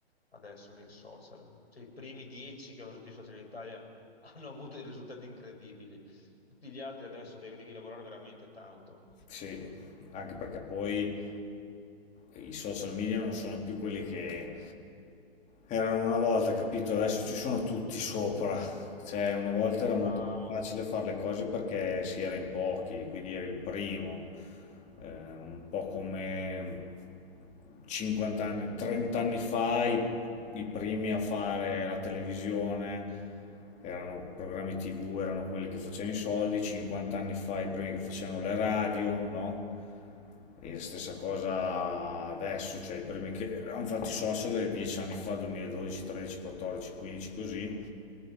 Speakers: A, on the left; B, on the left.
A: adesso nei social. Cioè, i primi dieci che hanno usato i social in Italia <laughs> hanno avuto dei risultati incredibili. Tutti gli altri adesso devi, devi lavorare veramente tanto.
B: Sì, anche perché poi i social media non sono più quelli che erano una volta, capito? Adesso ci sono tutti sopra. Cioè, una volta era
A: Bravo.
B: molto più facile fare le cose perché si era in pochi, quindi eri il primo. Eh, un po' come 50 anni, 30 anni fa i I primi a fare la televisione erano programmi TV, erano quelli che facevano i soldi, 50 anni fa i primi che facevano le radio, no? E la stessa cosa adesso, cioè i primi che hanno fatto i social 10 anni fa, 2012, 13, 14, 15 così,